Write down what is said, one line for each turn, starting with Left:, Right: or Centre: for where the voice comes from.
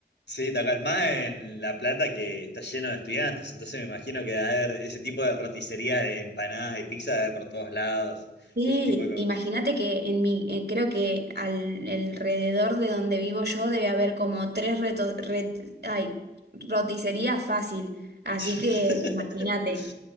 Left: Sí, tal cual, más en La Plata que está lleno de estudiantes, entonces me imagino que debe haber ese tipo de roticerías de empanadas y pizza de por todos lados,
Right: Sí,
Left: ese tipo de...
Right: imagínate que en mi, eh, creo que al, alrededor de donde vivo yo debe haber como tres retos, ret- ay, roticerías fácil. Así
Left: <laughs>
Right: que imagínate.